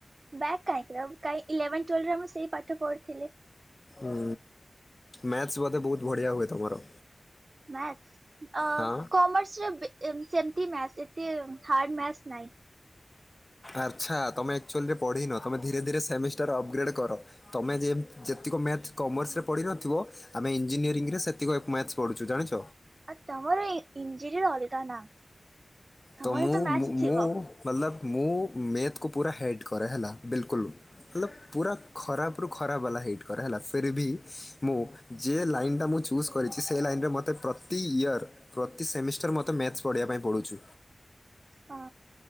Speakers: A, on the right; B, on the left.
A: ବ୍ୟାକ୍ କାହିଁକି ଇଲେଭେନ ଟ୍ୱେଏଲଭ୍ ରେ ମୁଁ ସେଇ ପାଠ ପଢିଥିଲି।
B: ଉଁ ମ୍ୟାଥସ ବୋଧେ ବହୁତ ବଢିଆ ହୁଏ ତମର?
A: ମ୍ୟାଥସ୍ ଅ
B: ହଁ
A: କମର୍ସରେ ବେ ସେମିତି ମ୍ୟାଥ୍ସ ଏତେ ହାର୍ଡ଼ ମ୍ୟାଥ୍ସ୍ ନାହିଁ।
B: ଆଚ୍ଛା ତୁମେ ଆକ୍ଚୁଲିରେ ପଢ଼ିନ ତୁମେ ଧୀରେ ଧୀରେ ସେମିଷ୍ଟାର ଅପଗ୍ରେଡ଼୍ କର। ତମେ ଯେ ଯେତିକ ମ୍ୟାଥ କମର୍ସରେ ପଢ଼ିନଥିବ ଆମେ ଇଞ୍ଜିନିୟରି ରେ ସେତିକି ମ୍ୟାଥ ପଢୁ ଜାଣିଛ।
A: ଆଉ ତମର ଇଞ୍ଜିନିୟର ଅଲଗା ନା। ତମର
B: ତ ମୁଁ
A: ମ୍ୟାଥ୍ ଥିବ
B: ମୁଁ ମତଲବ ମୁଁ ମେଥକୁ ପୁରା ହେଟ୍ କରେ ହେଲା ବିଲକୁଲ। ମତଲବ ପୁରା ଖରାପରୁୁ ଖରାପ ବାଲା ହେଇଟ କରେ ହେଲା ଫେର୍ ବି ମୁଁ ଯେ ଲାଇନ୍ ଟା ମୁଁ ଚୁଜ୍ କରିଛି ସେହି ଲାଇନ୍ ରେ ମୋତେ ପ୍ରତି ଇୟର୍ ପ୍ରତି ସେମିଷ୍ଟାର ମୋତେ ମ୍ୟାଥ ପଢ଼ିବା ପାଇଁ ପଡ଼ୁଛୁ।
A: ହଁ।